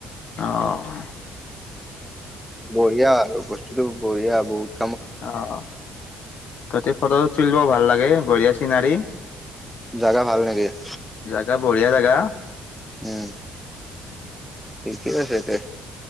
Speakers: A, on the left; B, in the centre.
A: অঁ!
B: বঢ়িয়া আৰু সেইটোৱে বঢ়িয়া বুত
A: অঁ তাতেতে ফটো তুলিব ভাল লাগে। বঢ়িয়া চিনাৰী
B: জাগা ভাল লাগে ।
A: জাগা বঢ়িয়া জেগা।
B: উম।
A: উম।
B: কি বা সাইছে?